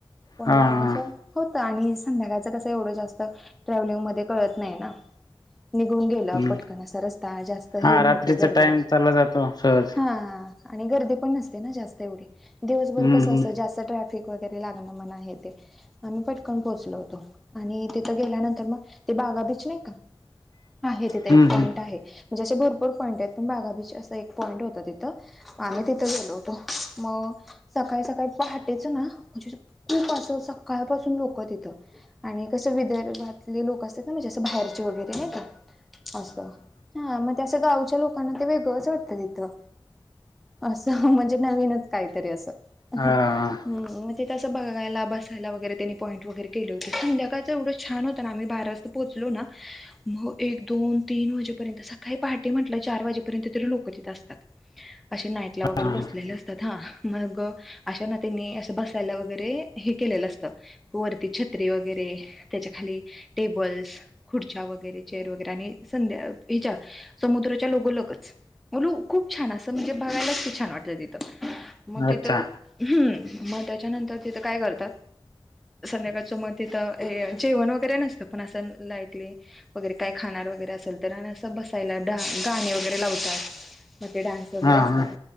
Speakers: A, in the centre; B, on the left (about 50°).
A: पण
B: हा हा
A: असं होत आणि संध्याकाळचं कसं, एवढं जास्त ट्रॅव्हलिंग मध्ये कळत नाही ना. निघून गेलं
B: हम्म
A: पटकन असा रस्ता जास्त, हे
B: हा
A: नव्हते
B: रात्रीचा
A: गर्दी
B: टाइम
A: वगैरे
B: चालला जातो सहज
A: हां.. आणि गर्दी पण नसते ना जास्त एवढी, दिवसभर
B: हम्म
A: कस
B: हम्म
A: असतं जास्त ट्रॅफिक. वगैरे लागणं मना हे ते. आम्ही पटकन पोहोचलो होतो आणि तिथं गेल्यानंतर मग ते बागा बीच नाही का? आहे तिथं
B: हम्म
A: एक पॉईंट
B: हम्म
A: आहे म्हणजे असे भरपूर पॉईंट आहेत, पण बागा बीच असं एक पॉईंट होतं तिथं. आम्ही तिथं गेलो, होतो मग. सकाळी सकाळी पहाटेचं ना म्हणजे, खूप असं सकाळपासून लोक तिथं. आणि कसं विदर्भातले लोक असतात ना, म्हणजे असं बाहेरचे वगैरे नाही का. असं हा मग ते असं गावच्या लोकांना ते, वेगळंच वाटतं तिथं. असं म्हणजे नवीनच काहीतरी असं
B: हा
A: ह हम्म तिथं बघायला बसायला वगैरे त्यांनी पॉईंट वगैरे केले होते. संध्याकाळच एवढं छान होतं ना आम्ही बारा वाजता. पोचलो ना मग. एक दोन तीन वाजेपर्यंत सकाळी पहाटे म्हटलं चार वाजेपर्यंत तरी लोक तिथे असतात. असे नाईटला वगैरे,
B: हा
A: बसलेले असतात हा. मग अशा ना त्यानी असं बसायला वगैरे, हे केलेलं असतं. वरती छत्री वगैरे, त्याच्या खाली टेबल्स खुर्च्या वगैरे. चेर वगैरे आणि संध्या हिच्या समुद्रच्या लगोलच. म्हणून खूप छान असं म्हणजे बघायलाच छान वाटत तिथं मग तिथं
B: अच्छा
A: हम्म. मग त्याच्यानंतर तिथं काय करतात. संध्याकाळचं मग तिथं हे जेवण वगैरे नसतं, पण असं लाईटली. वगैरे काय खाणार वगैरे असेल तर, आणि असं बसायला गाणे वगैरे लावत्यात मग ते डान्स. वगैरे
B: हा
A: असतात.
B: हा